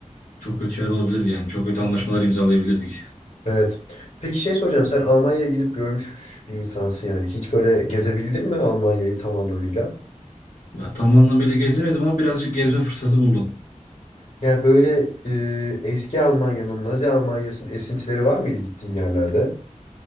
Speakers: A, on the left; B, on the left.
A: çok kötü şeyler olabilirdi yani çok kötü anlaşmalar imzalayabilirdik.
B: Evet. Peki şey soracağım. Sen Almanya'ya gidip görmüş bir insansın yani. Hiç böyle gezebildin mi Almanya'yı tam anlamıyla?
A: Ya tam anlamıyla gezemedim ama birazcık gezme fırsatı buldum.
B: Yani böyle e, eski Almanya'nın, Nazi Almanya'sının esintileri var mıydı gittiğin yerlerde?